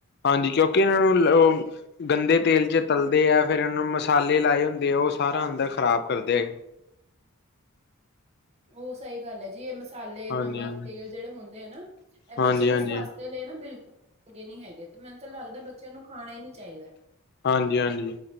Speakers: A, on the left; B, on the right.
A: ਹਾਂਜੀ ਕਿਉਂਕਿ ਇਹਨਾਂ ਨੂੰ ਉਹ ਗੰਦੇ ਤੇਲ ਚ ਤਲਦੇ ਆ ਫੇਿਰ ਇਹਨਾਂ ਨੂੰ ਮਸਾਲੇ ਲਾਏ ਹੁੰਦੇ ਆ। ਉਹ ਸਾਰਾ ਅੰਦਰ ਖ਼ਰਾਬ ਕਰਦੇ ਹੈ।
B: ਉਹ ਸਹੀ ਗੱਲ ਹੈ ਜੀ ਇਹ ਮਸਾਲੇ ਨਮਕ
A: ਹਾਂਜੀ ਹਾਂਜੀ
B: ਤੇਲ ਜਿਹੜੇ ਹੁੰਦੇ ਆ ਨਾ ਇਹ
A: ਹਾਂਜੀ
B: ਬੱਚੇ ਦੇ
A: ਹਾਂਜੀ
B: ਸਵਸਥ ਲਈ ਨਾ ਬਿਲਕੁਲ। ਚੰਗੇ ਨੀ ਹੈਗੇ ਤੇ ਮੈਨੂੰ ਤਾਂ ਲੱਗਦਾ ਬੱਚਿਆਂ ਨੂੰ ਖਾਣਾ ਹੀ ਨਹੀਂ ਚਾਹੀਦਾ।
A: ਹਾਂਜੀ-ਹਾਂਜੀ